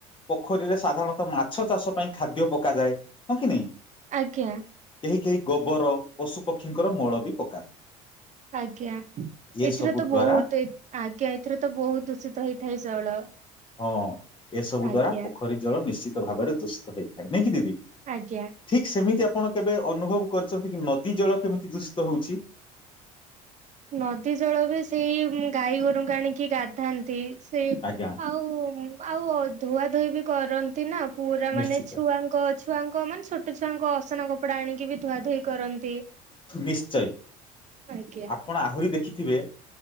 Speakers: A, on the left; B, on the right.
A: ପୋଖରୀରେ ସାଧାରଣତଃ ମାଛ ଚାଷ ପାଇଁ ଖାଦ୍ୟ ପକାଯାଏ ହଁ କି ନାଇଁ
B: ଆଜ୍ଞା।
A: କେହି କେହି ଗୋବର ପଶୁ ପକ୍ଷୀଙ୍କର ମଳ ବି ପକାନ୍ତି।
B: ଆଜ୍ଞା
A: ଏ
B: ଏଥିରେ
A: ସବୁ
B: ତ
A: ଦ୍ଵାରା
B: ବହୁତ ଆଜ୍ଞା ଏଥିରେ ତ ବହୁତ ଦୂଷିତ ହେଇଥାଏ ଜଳ।
A: ହଁ ଏସବୁ
B: ଆଜ୍ଞା
A: ଦ୍ଵାରା ପୋଖରୀ ଜଳ ନିଶ୍ଚିତ ଭାବରେ ଦୁଷିତ ହେଇଥାଏ ନାଇଁ କି ଦିଦି।
B: ଆଜ୍ଞା।
A: ଠିକ ସେମିତି ଆପଣ କେବେ ଅନୁଭବ କରିଛନ୍ତି କି ନଦୀ ଜଳ କେମିତି ଦୂଷିତ ହଉଛି?
B: ନଦୀ ଜଳ ବି ସେଇ ଗାଈ ଗୋରୁଙ୍କୁ ଆଣିକି ଗାଧାନ୍ତି ସେଇ
A: ଆଜ୍ଞା।
B: ଆଉ ଆଉ ଧୁଆ ଧୋଇ ବି କରନ୍ତି ନା ପୁରା ମାନେ
A: ନିଶ୍ଚିତ
B: ଛୁଆଙ୍କ ଛୁଆଙ୍କ ମାନେ ଛୋଟ ଛୁଆଙ୍କ ଅସନା କପଡା ଆଣିକି ବି ଧୁଆ ଧୋଇ କରନ୍ତ
A: ନିଶ୍ଚୟ
B: ଆଜ୍ଞା।
A: ଆପଣ ଆହୁରି ଦେଖିଥିବେ